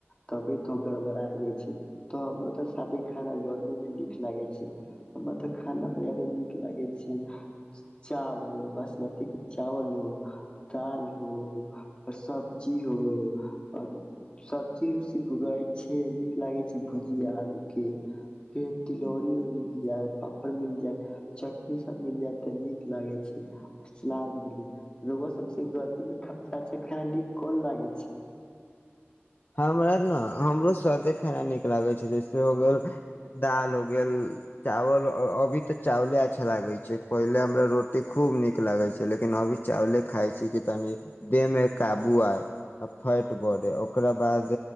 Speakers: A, on the left; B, on the left.
A: तबे तो गड़बड़ा आ जाय छै तो हमरा ते सादे खाना गरमी में नीक लागे छै हमरा त खाना मे जादे नीक लागे छी चावल बासमती के चावल हो दाल हो सब्जी ओ और सब्जी उ रहे छै नीक लागे छै भुजिया आलू के फेर तिलौरी मिल जाय पापड़ मिल जाय चटनी सब मिल जाय ते नीक लागे छै और सलाद मिल जाय सब गर्मी मे खाना न कोन लागै छै
B: हमरा न हमरो सादे खाना नीक लागे छै जैसे हो गेल दाल हो गेल चावल अभी तऽ चावले अच्छा लागै छै पहिले हमरा रोटी खूब नीक लागे छै लेकिन अभी चावले खााय छी कि तनी देह मे काबू आय आ फैट बढ़े ओकरा बाद